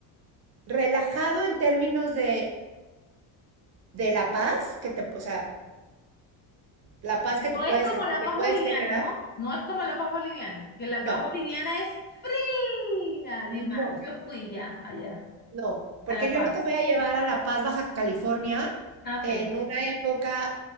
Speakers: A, on the right; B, on the left.
A: relajado en términos de de la paz que te, o sea, la paz que te
B: No
A: puedes
B: es como
A: en-
B: la
A: que
B: paz
A: puedes
B: boliviana,
A: generar.
B: ¿no? No es como la paz boliviana, que la paz
A: No,
B: boliviana es fría
A: no,
B: de mar. Yo fui ya allá,
A: no, porque
B: a La
A: yo
B: Paz.
A: no te voy a llevar a La Paz, Baja California
B: Ah, Ok,
A: en una época